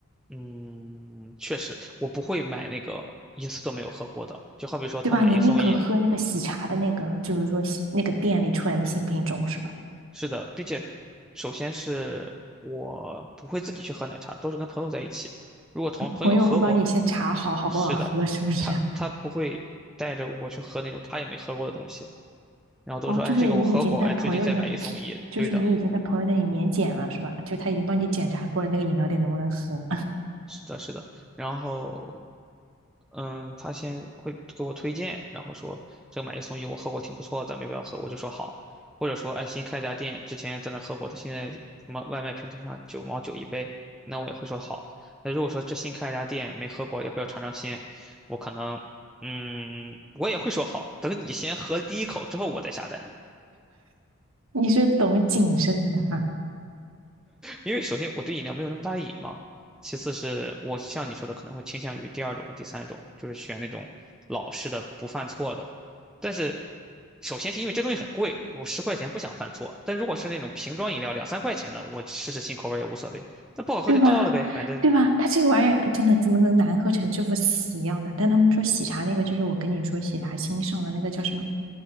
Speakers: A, in the centre; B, on the right.
A: 嗯，确实，我不会买那个一次都没有喝过的。就好比说，他买一送一，
B: 对吧？你宁可喝那个喜茶的那个，就是说那个店里出来的新品种是吧？
A: 是的，并且，首先是我不会自己去喝奶茶，都是跟朋友在一起。如果同朋友喝过，
B: 朋友会帮你先查好好不好喝，
A: 是的，
B: 是不是？
A: 他他不会带着我去喝那种他也没喝过的东西，
B: <laughs>
A: 然后都说，
B: 哦，就是你已经在朋友那，
A: 哎，这个我喝过，哎，最近再买一送一，
B: 就是你已经在朋友那里免检了是吧？
A: 对的，
B: 就他已经帮你检查过了那个饮料店能不能喝，
A: 是的，是的。然后，嗯，他先会给我推荐，然后说这个买一送一我喝过挺不错的，咱们要不要喝？我就说好，或者说哎新开一家店，之前在那喝过，他现在什么外卖平台上九毛九一杯，那我也会说好。那如果说这新开一家店没喝过，要不要尝尝鲜？我可能，嗯，我也会说好，等你先喝第一口之后我再下单。
B: <laughs> 你是懂谨慎的哈啊。
A: 因为首先我对饮料没有那么大瘾嘛，其次是我像你说的可能会倾向于第二种和第三种，就是选那种老式的不犯错的。但是首先是因为这东西很贵，我十块钱不想犯错。但如果是那种瓶装饮料两三块钱的，我试试新口味也无所谓，那不好喝就倒了呗，
B: 对吧？
A: 反正
B: 对吧？它这个玩意儿真的怎么能难喝成这副死样的？但他们说喜茶那个，就是我跟你说喜茶新上的那个叫什么